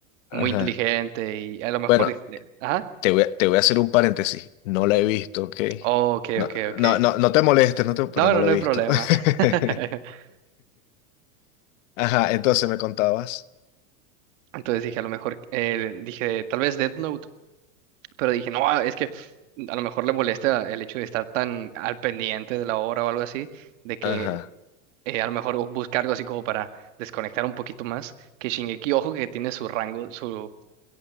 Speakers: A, on the left; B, on the right.
A: Ajá.
B: muy inteligente y a lo mejor
A: Bueno,
B: dije, ajá,
A: te voy a, te voy a hacer un paréntesis. No la he visto, ¿ok?
B: oh, ok,
A: No,
B: ok, ok.
A: no, no, no te molestes, no te, pero
B: No,
A: no
B: no,
A: la
B: no
A: he
B: hay
A: visto.
B: problema.
A: <laughs>
B: <laughs>
A: Ajá, entonces me contabas.
B: Entonces dije, a lo mejor, eh, dije, tal vez Death Note. pero dije, no, ah, es que a lo mejor le molesta el hecho de estar tan al pendiente de la obra o algo así, de que
A: Ajá.
B: eh, a lo mejor busca algo así como para desconectar un poquito más, que Shingeki, ojo que tiene su rango, su...